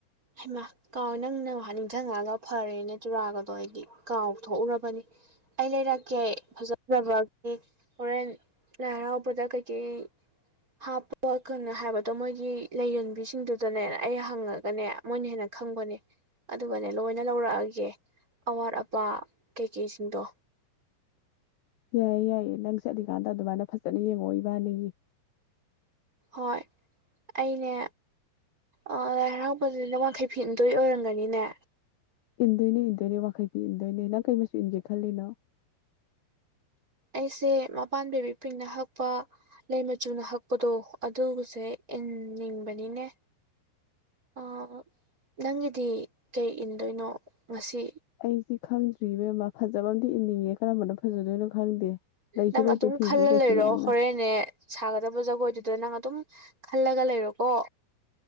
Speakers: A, on the right (about 20°); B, on the left (about 80°).
A: ꯍꯩꯃꯥ ꯀꯥꯎꯋꯦ ꯅꯪꯅ ꯅꯤꯡꯁꯤꯡꯉꯛꯑꯒ ꯐꯔꯦꯅ ꯆꯨꯔꯥꯒꯗꯣ ꯑꯩꯗꯤ ꯀꯥꯎ ꯊꯣꯛꯎꯔꯕꯅꯤ ꯑꯩ ꯂꯩꯔꯛꯀꯦ ꯐꯖ ꯐꯖꯕꯒꯤ ꯍꯣꯔꯦꯟ ꯂꯥꯏ ꯍꯔꯥꯎꯕꯗ ꯀꯩꯀꯩ ꯍꯥꯞꯄꯛꯀꯅꯦ ꯍꯥꯏꯕꯗꯣ ꯃꯣꯏꯒꯤ ꯂꯩꯔꯟꯕꯤꯁꯤꯡꯗꯨꯗꯅꯦ ꯑꯩ ꯍꯪꯉꯒꯅꯦ ꯃꯣꯏꯅ ꯍꯦꯟꯅ ꯈꯪꯕꯅꯦ ꯑꯗꯨꯒꯅꯦ ꯂꯣꯏꯅ ꯂꯧꯔꯛꯑꯒꯦ ꯑꯋꯥꯠ ꯑꯄꯥ ꯀꯩ ꯀꯩꯁꯤꯡꯗꯣ
B: ꯌꯥꯏꯌꯦ ꯌꯥꯏꯌꯦ ꯅꯪꯁ ꯆꯠꯂꯨ ꯀꯟꯗ ꯑꯗꯨꯃꯥꯏꯅ ꯐꯖꯅ ꯌꯦꯡꯉꯛꯑꯣ ꯏꯕꯅꯒꯤ
A: ꯍꯣꯏ ꯑꯩꯅꯦ ꯑꯥ ꯂꯥꯏ ꯍꯔꯥꯎꯕꯗꯨꯗꯤ ꯋꯥꯡꯈꯩ ꯐꯤ ꯏꯟꯗꯣꯏ ꯑꯣꯏꯔꯝꯒꯅꯤꯅꯦ
B: ꯏꯟꯗꯣꯏꯅꯦ ꯏꯟꯗꯣꯏꯅꯦ ꯋꯥꯡꯈꯩ ꯏꯟꯗꯣꯏꯅꯦ ꯅꯪ ꯀꯩ ꯃꯆꯨ ꯏꯟꯒꯦ ꯈꯜꯂꯤꯅꯣ
A: ꯑꯩꯁꯦ ꯃꯄꯥꯟ ꯕꯕꯤ ꯄꯤꯡꯅ ꯍꯛꯄ ꯂꯩ ꯃꯆꯨꯅ ꯍꯛꯄꯗꯣ ꯑꯗꯨꯒꯁꯦ ꯏꯟꯅꯤꯡꯕꯅꯤꯅꯦ ꯑ ꯅꯪꯒꯤꯗꯤ ꯀꯩ ꯏꯟꯗꯣꯏꯅꯣ ꯉꯁꯤ
B: ꯑꯩꯖꯤ ꯈꯪꯗ꯭ꯔꯤ ꯏꯕꯦꯝꯃ ꯐꯖꯕ ꯑꯝꯗꯤ ꯏꯟꯅꯤꯡꯉꯦ ꯀꯔꯝꯕꯅ ꯐꯖꯗꯣꯏꯅꯣ ꯈꯪꯗꯦ ꯂꯩꯁꯨ
A: ꯅꯪ
B: ꯂꯩꯇꯦ
A: ꯑꯗꯨꯝ
B: ꯐꯤꯁꯦ
A: ꯈꯜꯂ
B: ꯀꯩꯁꯨ
A: ꯂꯩꯔꯣ
B: ꯌꯥꯝꯅ
A: ꯍꯣꯔꯦꯟꯅꯦ ꯁꯥꯒꯗꯕ ꯖꯒꯣꯏꯗꯨꯗ ꯅꯪ ꯑꯗꯨꯝ ꯈꯜꯂꯒ ꯂꯩꯔꯣꯀꯣ